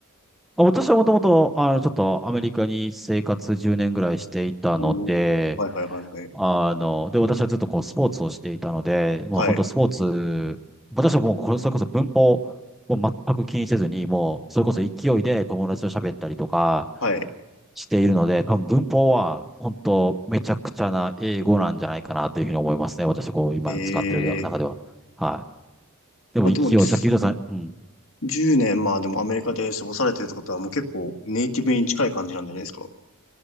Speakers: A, in the centre; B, on the left (about 65°).
A: 私はもともと、あの、ちょっとアメリカに生活10年ぐらいしていたので、
B: おーはいはいはいはい。
A: あの、で、私はずっとこうスポーツをしていたので、もう本当スポーツ、
B: はい。
A: 私はもうこれそれこそ文法を全く気にせずに、もうそれこそ勢いで友達と喋ったりとか
B: はい。
A: しているので、多分文法は本当めちゃくちゃな英語なんじゃないかなというふうに思いますね。私こう今使ってる中では。
B: ええ
A: はい。でも勢い、
B: まあでも、つ
A: さっき言ったさん、うん
B: 10年、まあでもアメリカで過ごされてるってことはもう結構ネイティブに近い感じなんじゃないですか。